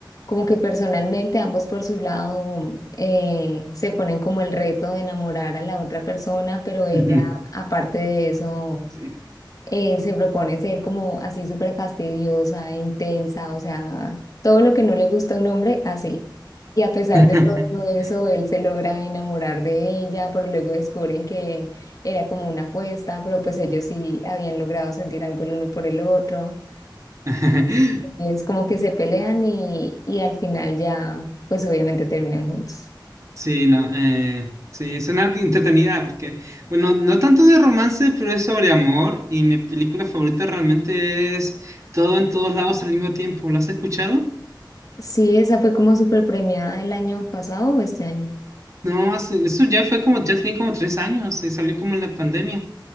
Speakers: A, on the left; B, on the right.
A: como que personalmente ambos por su lado eh, se ponen como el reto de enamorar a la otra persona, pero
B: <laughs>
A: ella aparte de eso
B: Sí.
A: eh, se propone ser como así súper fastidiosa, intensa, o sea, todo lo que no le gusta a un hombre, así. Y a pesar
B: <laughs>
A: de todo eso, él se logra enamorar de ella, pero luego descubren que era como una apuesta, pero pues ellos sí habían logrado sentir algo el uno por el otro.
B: <laughs>
A: Entonces, como que se pelean y, y al final ya, pues obviamente terminan juntos.
B: Sí, no, eh, sí, suena entretenida porque, bueno, no tanto de romance, pero es sobre amor y mi película favorita realmente es Todo en todos lados al mismo tiempo. ¿Lo has escuchado?
A: Sí, esa fue como súper premiada el año pasado o este año.
B: No, hace- eso ya fue como, ya tenía como tres años y salió como en la pandemia.